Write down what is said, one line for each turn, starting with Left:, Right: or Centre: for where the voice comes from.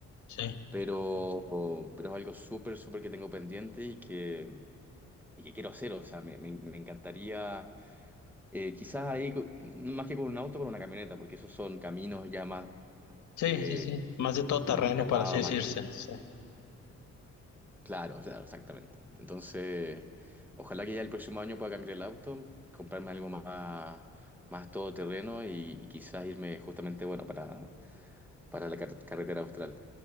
Left: Sí.
Centre: pero, pero es algo súper, súper que tengo pendiente y que... Y que quiero hacer, o sea, me, me me encantaría Eh, quizás ahí, co- no, más que con un auto, con una camioneta, porque esos son caminos ya más
Left: Sí,
Centre: de,
Left: sí, sí. Más de todo terreno,
Centre: más escarpados,
Left: para así decirse.
Centre: más
Left: Sí.
Centre: claro, o sea, exactamente. Entonces, ojalá que ya el próximo año pueda cambiar el auto, comprarme algo más, más todoterreno y, y quizás irme justamente, bueno, para, para la car- carretera austral.